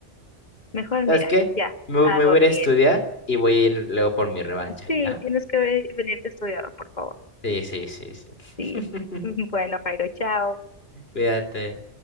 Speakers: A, on the left; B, on the left.
A: Mejor
B: ¿Sabes
A: mira,
B: qué?
A: ya,
B: Me,
A: a
B: me voy
A: dormir.
B: a ir a estudiar y voy a ir luego por mi revancha,
A: Sí,
B: ¿ya?
A: tienes que ve- venirte a estudiar, por favor.
B: Sí, sí, sí, sí.
A: Sí.
B: <laughs>
A: <laughs> Bueno, Jairo, chao.
B: Cuídate.